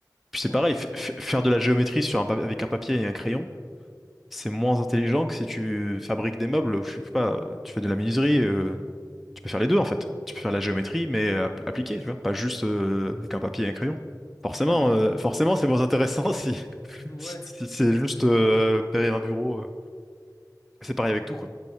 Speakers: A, in the centre; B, on the left (about 45°).
A: Puis c'est
B: Entre
A: pareil,
B: guillemets.
A: f- f- faire de la géométrie sur un pa- avec un papier et un crayon, c'est moins intelligent que si tu fabriques des meubles, ou je sais pas, tu fais de la menuiserie. euh, Tu peux faire les deux en fait. Tu peux faire la géométrie, mais euh, app- appliquée, tu vois, pas juste euh, avec un papier et un crayon. Forcément,
B: Ouais, non.
A: euh,
B: euh,
A: forcément, c'est moins intéressant <laughs> si,
B: Ouais.
A: si- si c'est juste euh, derrière un bureau. euh. C'est pareil avec tout, quoi.